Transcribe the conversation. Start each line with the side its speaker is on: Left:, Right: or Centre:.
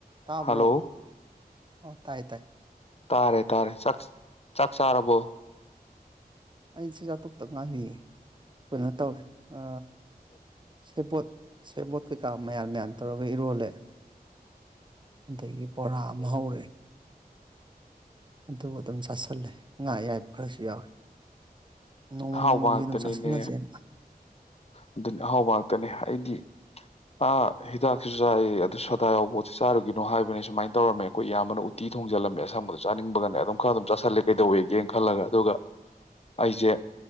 Right: ꯇꯥꯕ꯭ꯔꯣ
Left: hello
Right: ꯑꯣ ꯇꯥꯏꯌꯦ ꯇꯥꯏ
Left: ꯇꯥꯔꯦ ꯇꯥꯔꯦ ꯆ ꯆꯥꯛ ꯆꯥꯔꯕꯣ
Right: ꯑꯩ ꯆꯖꯥꯊꯣꯛꯇ ꯉꯥꯏꯕꯤꯌꯦ ꯀꯩꯅꯣ ꯇꯧꯔꯦ ꯑ ꯁꯦꯕꯣꯠ ꯁꯦꯕꯣꯠ ꯀꯩꯀꯥ ꯃꯌꯥꯟꯃꯌꯥꯟ ꯇꯧꯔꯒ ꯏꯔꯣꯜꯂꯦ ꯑꯗꯒꯤ ꯕꯣꯔꯥ ꯑꯃ ꯍꯧꯔꯦ ꯑꯗꯨ ꯑꯗꯨꯝ ꯆꯥꯥꯁꯜꯂꯦ ꯉꯥ ꯑꯌꯥꯏꯕ ꯈꯔꯁꯨ ꯌꯥꯎꯋꯤ ꯅꯣꯡꯃ
Left: ꯑꯍꯥꯎꯕ
Right: ꯅꯣꯡꯃꯒꯤ
Left: ꯉꯥꯛꯇꯅꯤꯅꯦ
Right: ꯑꯗꯨꯝ ꯆꯥꯁꯤꯜꯂꯁꯦꯅ
Left: ꯑꯗꯨꯅꯤ ꯑꯍꯥꯎꯕ ꯉꯥꯛꯇꯅꯦ ꯑꯩꯗꯤ ꯑ ꯍꯤꯗꯥꯛꯁꯤꯁꯨ ꯆꯥꯏ ꯑꯗꯨ ꯁꯗꯥ ꯌꯥꯎꯕꯣꯠꯁꯤ ꯆꯥꯔꯨꯒꯤꯅꯣ ꯍꯥꯏꯕꯅꯦ ꯁꯨꯃꯥꯏꯅ ꯇꯧꯔꯝꯃꯦ ꯑꯩꯈꯣꯏ ꯑꯌꯥꯝꯕꯅ ꯎꯇꯤ ꯊꯣꯡꯖꯤꯜꯂꯝꯃꯦ ꯑꯁꯪꯕꯗ ꯆꯥꯅꯤꯡꯕꯒꯅꯦ ꯑꯗꯨꯝ ꯈꯔ ꯑꯗꯨꯝ ꯆꯥꯥꯁꯜꯂꯦ ꯀꯩꯗꯧꯋꯦꯒꯦꯅ ꯈꯜꯂꯒ ꯑꯗꯨꯒ ꯑꯩꯁꯦ